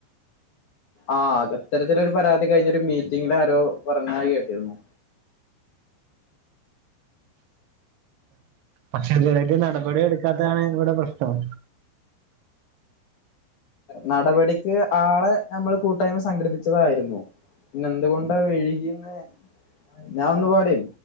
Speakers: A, on the left; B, on the right.
A: ആഹ് അത്തരത്തിലൊരു പരാതി കഴിഞ്ഞൊരു മീറ്റിങ്ങില് ആരോ പറഞ്ഞാതായി കേട്ടിരുന്നു
B: പക്ഷേ ഇതുവരെ ആയിട്ട് നടപടി എടുക്കാത്താണ് ഇവിടെ പ്രശ്നം
A: നടപടിക്ക് ആളെ ഞമ്മള് കൂട്ടായ്മ സംഘടിപ്പിച്ചതായിരുന്നു പിന്നെ എന്തുകൊണ്ടാ വെഴികീന്ന് ഞാൻ ഒന്ന് പാടേം